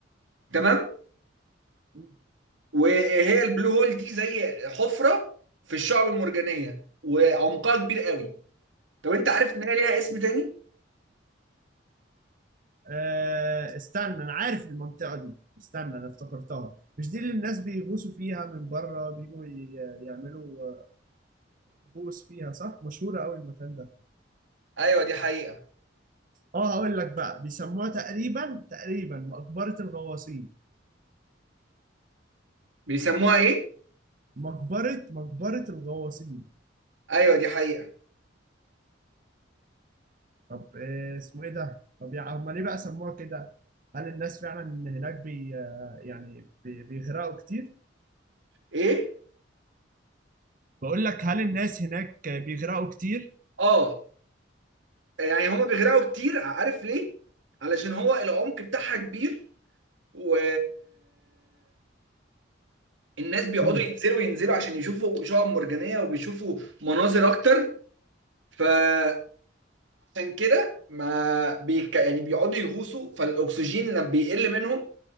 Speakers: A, on the right; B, on the right.
A: تمام
B: مم.
A: وهي البلو هول دي زي حفره في الشعب المرجانيه وعمقها كبير قوي طب انت عارف ان هي ليها اسم تاني
B: آه استنى انا عارف المنطقه دي استنى انا افتكرتها مش دي اللي الناس بيغوصوا فيها من بره بيجوا ي- يعملوا آه، غوص فيها صح مشهوره قوي المكان ده
A: ايوه دي حقيقه
B: اه هقول لك بقى بيسموها تقريبا تقريبا مقبره الغواصين
A: بيسموها ايه
B: مقبره مقبره الغواصين
A: ايوه دي حقيقه
B: طب إيه اسمه ايه ده طب يعني هم ليه بقى سموها كده هل الناس فعلا هناك بي آه، يعني بي بيغرقوا كتير
A: ايه
B: بقول لك هل الناس هناك بيغرقوا كتير
A: اه يعني هما بيغرقوا كتير عارف ليه علشان هو العمق بتاعها كبير و الناس بيقعدوا
B: امم
A: ينزلوا ينزلوا عشان يشوفوا شعاب مرجانيه وبيشوفوا مناظر اكتر فعشان كده ما بيك... يعني بيقعدوا يغوصوا فالاكسجين لما بيقل منهم